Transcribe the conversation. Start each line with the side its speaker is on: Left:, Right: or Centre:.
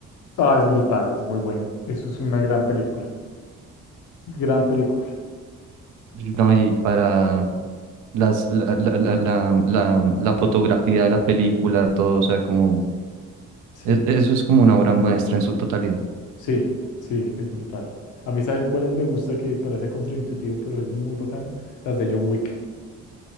Left: Ah, es brutal, es muy buena. Eso es una gran película. Gran película.
Right: No, y para las, la, la, la, la, la la fotografía de la película, todo, o sea, como
Left: Sí,
Right: E- Eso es como una obra maestra en su totalidad.
Left: sí, sí, es brutal. A mí, ¿sabes cuáles me gusta que parece contraintuitivo, pero es muy bacana? Las de John Wick.